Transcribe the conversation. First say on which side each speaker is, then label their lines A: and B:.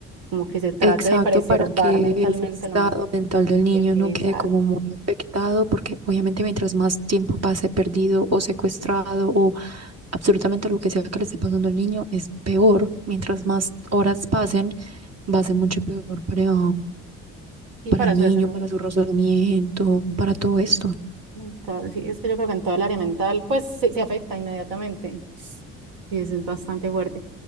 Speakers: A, on the right (about 80°); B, on the right (about 45°).
A: como que se trate
B: Exacto,
A: de preservar
B: para que
A: mentalmente
B: ese estado
A: lo más.
B: mental del niño
A: e, Exacto.
B: no quede como muy afectado, porque obviamente mientras más tiempo pase perdido o secuestrado o absolutamente lo que sea que le esté pasando al niño es peor. Mientras más horas pasen, va a ser mucho peor para,
A: Y
B: para
A: para
B: el
A: su
B: niño,
A: desarrollo.
B: para su razonamiento, para todo
A: Mm,
B: esto.
A: en todo- Sí, es que yo creo que en todo el área mental, pues sí, se afecta inmediatamente. Y eso es bastante fuerte.